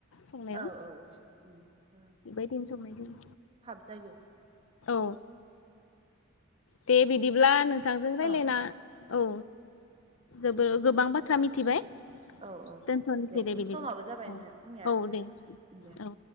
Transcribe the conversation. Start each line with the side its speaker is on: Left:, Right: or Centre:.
Left: संनायाव
Right: औ औ औ
Left: बेबायदिनो संनाय जायो
Right: थाब जा
Left: औ दे बिदिब्ला
Right: जो-
Left: नोंथांजों राय्लायना
Right: औ
Left: औ जोबोर गोबां बाथ्रा मिथिबाय
Right: औ औ
Left: दोनथ'नोसै
Right: दे
Left: बिदिब्ला
Right: समाबो जाबाय
Left: औ
Right: नोंथां जोंनिया
Left: औ दे
Right: दे
Left: औ